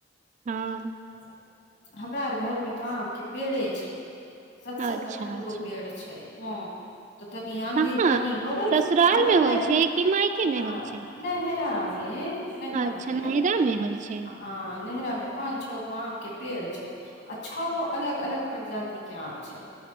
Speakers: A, on the right (about 40°); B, on the left (about 60°).
A: हँ
B: <unintelligible> हमरा आर घरमे तऽ आमके पेड़े छै सात सात
A: अच्छा
B: अठहठ
A: अच्छा
B: गो पेड़ छै हँ तऽ तनि आँधीर
A: कहाँ
B: पानि होबै
A: ससुराल
B: हमर
A: मे होइ
B: नहि
A: छै कि मायके
B: न
A: मे होइ छै
B: नइ हे तामे नेहरामे
A: अच्छा नैहरा मे होइ छै
B: हँ नेहरामे पान छ गो आम के पेड़ छै आ छ गो अलग अलग प्रजाति के आम छै